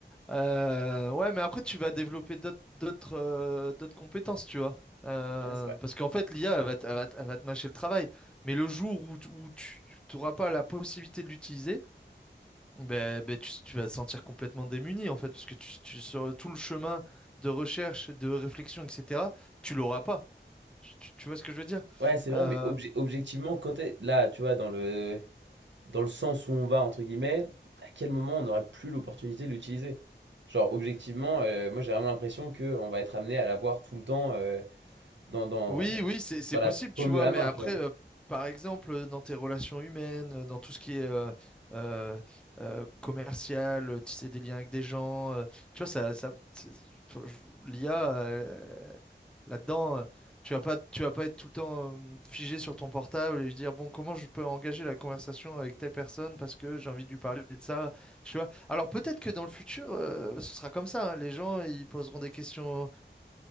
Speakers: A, in the centre; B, on the right.
A: Euh, ouais, mais après, tu vas développer d'autres d'autres euh, d'autres compétences, tu vois. Euh,
B: Ouais, c'est vrai.
A: parce qu'en fait, l'IA, elle va, te- elle va, te elle va te mâcher le travail. Mais le jour où, tu- où tu n'auras pas la possibilité de l'utiliser, ben, ben, tu, tu vas te sentir complètement démuni, en fait, parce que tu, tu- sur tout le chemin de recherche, de réflexion, etc., tu l'auras pas. Tu, tu- tu vois ce que je veux dire?
B: Ouais, c'est vrai,
A: Euh,
B: mais obje- objectivement, quand t'es là, tu vois, dans le dans le sens où on va, entre guillemets, à quel moment on n'aurait plus l'opportunité de l'utiliser? Genre, objectivement, euh, moi j'ai vraiment l'impression qu'on va être amené à l'avoir tout le temps euh, dans, dans,
A: Oui, oui, c'est c'est
B: dans
A: possible,
B: la paume
A: tu vois,
B: de la
A: mais
B: main,
A: après,
B: tu vois.
A: euh, par exemple, euh, dans tes relations humaines, euh, dans tout ce qui est euh, euh, euh, commercial, euh, tisser des liens avec des gens, euh, tu vois, ça, ça, c'est- faut- je- l'IA, euh, là-dedans, euh, tu vas pas, tu vas pas être tout le temps euh, figé sur ton portable et lui dire, bon, comment je peux engager la conversation avec telle personne parce que j'ai envie de lui parler de ça, tu vois. Alors peut-être que dans le futur, euh, ce sera comme ça, hein, les gens, ils poseront des questions